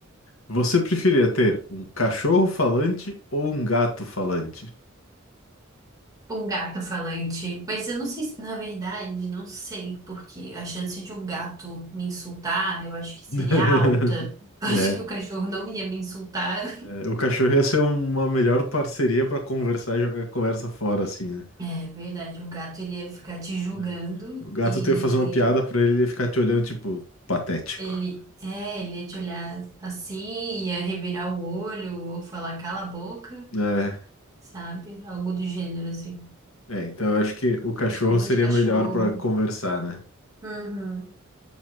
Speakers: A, on the left (about 80°); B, on the right (about 15°).
A: Você preferia ter um cachorro falante ou um gato falante?
B: O gato falante. Mas eu não sei se, na verdade, não sei, porque a chance de um gato me insultar, eu acho que seria
A: <laughs>
B: alta. <laughs> Acho
A: né,
B: que o cachorro não ia me insultar.
A: é, o cachorro ia ser uma melhor parceria pra conversar e jogar a conversa fora, assim, né?
B: É verdade, o gato ele ia ficar te julgando
A: É. O gato
B: e
A: tu ia fazer uma piada pra ele e ele ia ficar te olhando, tipo, patético.
B: ele, é, ele ia te olhar assim, ia revirar o olho ou falar cala a boca,
A: É,
B: sabe? Algo do gênero assim.
A: é, então eu acho que o cachorro
B: Acho que eu vou
A: seria
B: de cachorro.
A: melhor pra conversar, né?
B: Uhum.